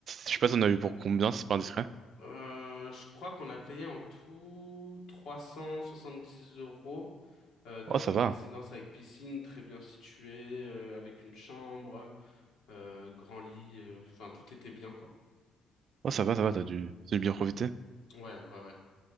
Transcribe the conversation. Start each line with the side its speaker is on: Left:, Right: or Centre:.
Right: Je sais pas si on a eu pour combien, si c'est pas indiscret.
Left: Euh, je crois qu'on a payé en tout 370 euros. euh, dans
Right: Oh, ça
Left: une
Right: va.
Left: résidence avec piscine très bien située, euh, avec une chambre, euh, grand lit, euh, enfin tout était bien quoi.
Right: Oh, ça va, ça va, t'as dû, t'as dû bien profiter.
Left: Ouais, ouais, ouais.